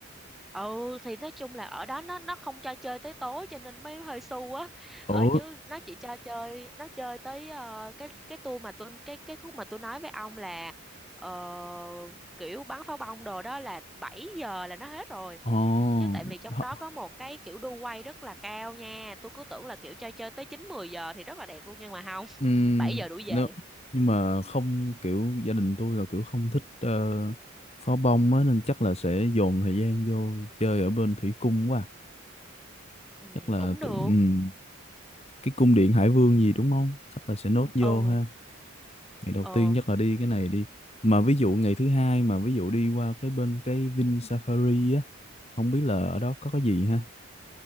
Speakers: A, in the centre; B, on the left (about 30°).
A: ừ thì nói chung là ở đó nó nó không cho chơi tới tối cho nên mới hơi xu á ờ
B: Ủa,
A: chứ nó chỉ cho chơi nó chơi tới ờ, cái cái tour mà tôi cái cái khúc mà tôi nói với ông là ờ, kiểu bắn pháo bông đồ đó là 7 giờ là nó hết rồi
B: ồ,
A: chứ tại vì trong
B: họ-
A: đó có một cái kiểu đu quay rất là cao nha tôi cứ tưởng là kiểu chơi chơi tới chín mười giờ thì rất là đẹp luôn nhưng mà không
B: ừm,
A: <laughs> bảy giờ đuổi về
B: nếu nhưng mà không kiểu gia đình tôi là kiểu không thích ờ, pháo bông á nên chắc là sẽ dồn thời gian vô chơi ở bên thủy cung quá. à.
A: ừ,
B: Chắc là
A: cũng được
B: tự- ừm, cái cung điện Hải Vương gì đúng không? Chắc là sẽ nốt vô
A: ừ
B: ha. Ngày đầu
A: ờ
B: tiên chắc là đi cái này đi. Mà ví dụ ngày thứ hai mà ví dụ đi qua cái bên cái Vin Safari á, không biết là ở đó có cái gì ha.